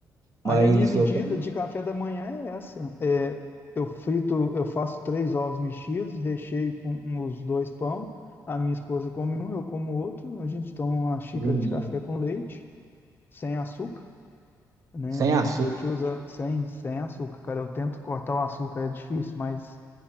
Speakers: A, on the left; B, on the right.
A: Aí
B: mas
A: a minha medida
B: eu também
A: de café da manhã é essa. É, eu frito, eu faço três ovos mexidos, recheio com com os dois pão. A minha esposa come um, eu como outro. A gente toma uma xícara
B: ele,
A: de café com leite, sem açúcar. né?
B: sem açúcar
A: A gente usa sem, sem açúcar, cara. Eu tento cortar o açúcar, é difícil, mas